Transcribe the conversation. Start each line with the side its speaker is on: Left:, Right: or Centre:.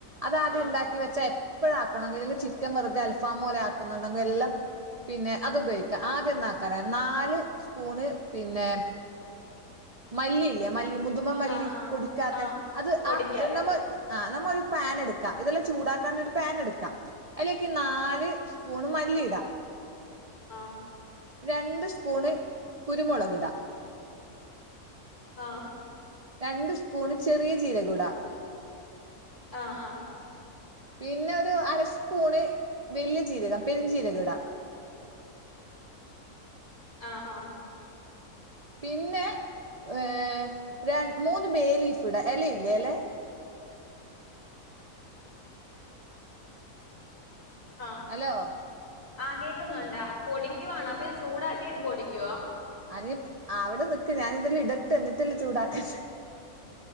Right: അതാദ്യ
Left: ആഹ്
Right: ഇണ്ടാക്കി വെച്ച എ ഇപ്പോഴാക്കണെങ്കില്ലെങ്കിൽ ചിക്കൻ വെറുതെ അൽഫാ മോലെ ആക്കുന്നുണ്ടെങ്കിലെല്ലാം പിന്നെ അത് ഉപയോഗിക്ക ആദ്യന്താക്കറ നാല് സ്പൂണ് പിന്നെ
Left: <inaudible>
Right: മല്ലിയില്ലേ മല്ലി മുതുമ മല്ലി
Left: ആഹ് ആഹ്
Right: പൊടിക്കാത്ത
Left: ആഹ്
Right: അത്
Left: പൊടിക്കാത്തത്
Right: ആഹ് നമ്മ ആ നമ്മ ഒരു പാൻ എടുക്ക. ഇതെല്ലാം ചൂടാക്കാൻ ഒരു പാൻ എടുക്ക. അല്ലേക്ക് നാ ല് സ്പൂൺ മല്ലി ഇട.
Left: ആഹ്
Right: രണ്ട് സ്പൂണ് കുരുമുളക് ഇട.
Left: ആഹ്
Right: രണ്ട് സ്പൂണ് ചെറിയ ജീരകുട.
Left: ആഹ് ആഹ്
Right: പിന്നെ ഒരു അരസ്പൂണ് വലിയ ജീരകം പെരുഞ്ജീരകം ഇടാ.
Left: ആഹ് ആഹ്
Right: പിന്നെ ഏഹ് രൺ മൂന്ന് ബേ ലീഫ് ഇട എല ഇല്ലേല്ലെ
Left: ആഹ്
Right: ഹലോ
Left: ആഹ് കേക്കുന്നുണ്ടാ? പൊടിക്കുവാണോ? അപ്പൊ ഇത് ചൂടാക്കിയിട്ട് പൊടിക്കുവോ?
Right: അനി അവിടെ നിക്ക് ഞാൻ ഇതില് ഇടട്ടെ. എന്നിട്ടല്ലേ ചൂടാക്കണ്ടേ